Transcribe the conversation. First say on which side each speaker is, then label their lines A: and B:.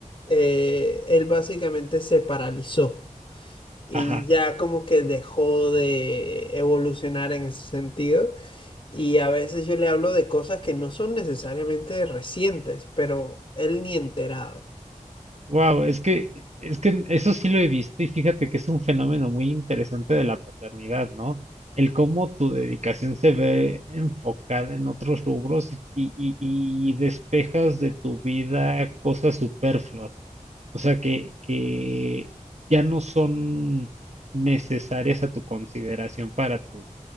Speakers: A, on the left (about 45°); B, on the right (about 55°).
A: eh, él básicamente se paralizó y
B: ajá.
A: ya como que dejó de evolucionar en ese sentido. Y a veces yo le hablo de cosas que no son necesariamente recientes, pero él ni enterado.
B: Wow, es que, es que eso sí lo he visto y fíjate que es un fenómeno muy interesante de la paternidad, ¿no? El cómo tu dedicación se ve enfocada en otros rubros y, y- y- y despejas de tu vida cosas superfluas, o sea, que, que ya no son necesarias a tu consideración para tu